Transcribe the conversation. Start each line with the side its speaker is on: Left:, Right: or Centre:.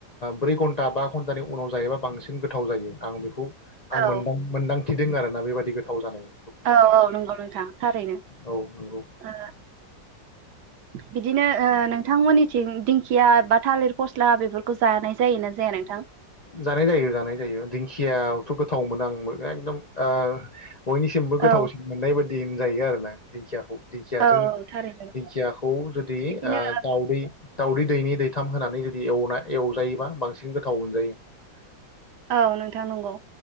Left: ब्रै घन्टा बा घन्टानि उनाव जायोबा बांसिन बांसिन गोथाव जायो आं बेखौ आं
Right: औ
Left: मोनदां-मोनदां <unintelligible> आरोना बेबायदि गोथाव जानाय।
Right: औ औ नंगौ नोंथां थारैनो
Left: औ नंगौ
Right: ओ बिदिनो ओ नों नोंथांमोननिथिं दिंखिया बा थालिर फस्ला बेफोरखौ जानाय जायोना जाया नोंथां?
Left: जानाय जायो जानाय जायो दिंखियाथ' गोथाव मोनो आंबो एकदम ओ बयनिसिमबो
Right: औ
Left: गोथावसिन मोननाय बादि। दिन जायो आरो ना दिंखिया दिंखियाजों
Right: औ थारैनो
Left: दिंखियाखौ जुदि
Right: बिदिनो
Left: दाउदै दाउदै दैनै दैथाम होनानै जुदि एवना एवजायोबा बांसिन गोथाव मोनजायो <inaudible>
Right: औ नोंथां नंगौ